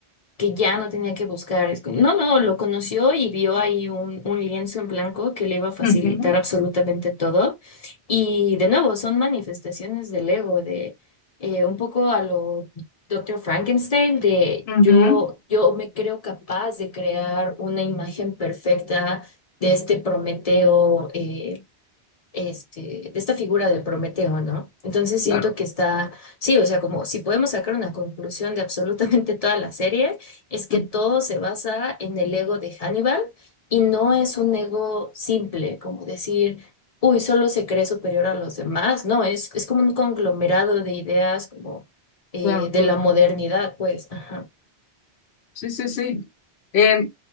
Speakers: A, on the left (about 40°); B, on the left (about 75°).
A: que ya no tenía que buscar. Es como- no, no, lo conoció y vio ahí un, un lienzo en blanco que le iba a facilitar
B: Ujú,
A: absolutamente todo. Y de nuevo, son manifestaciones del ego, de eh, un poco a lo Doctor Frankenstein, de
B: ujú,
A: yo, yo me creo capaz de crear una imagen perfecta de este Prometeo eh, este, de esta figura de Prometeo, ¿no? Entonces
B: Claro.
A: siento que está, sí, o sea, como si podemos sacar una conclusión de absolutamente toda la serie, es que
B: ujú,
A: todo se basa en el ego de Hannibal y no es un ego simple, como decir, uy, solo se cree superior a los demás, no, es, es como un conglomerado de ideas como eh,
B: Claro,
A: de
B: claro.
A: la modernidad, pues, ajá.
B: Sí, sí, sí. Eh,